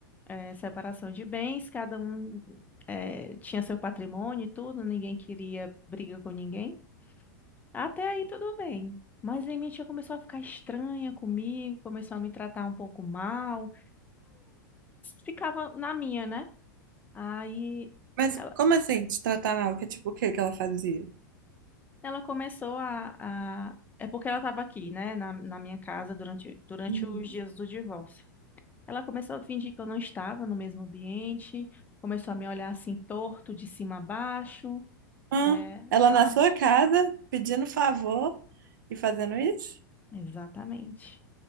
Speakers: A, on the left; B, on the right.
A: eh, separação de bens, cada um eh, tinha seu patrimônio e tudo, ninguém queria briga com ninguém. Até aí tudo bem. Mas aí minha tia começou a ficar estranha comigo, começou a me tratar um pouco mal. ficava na minha, né? Aí
B: Mas
A: ela,
B: como assim, te tratar mal? Que tipo, o que que ela fazia?
A: ela começou a, a. É porque ela estava aqui, né? Na, na minha casa durante, durante
B: Uhum.
A: os dias do divórcio. Ela começou a fingir que eu não estava no mesmo ambiente, começou a me olhar assim torto, de cima a baixo.
B: Ah,
A: É,
B: ela na
A: ah,
B: sua casa, pedindo favor e fazendo isso?
A: exatamente,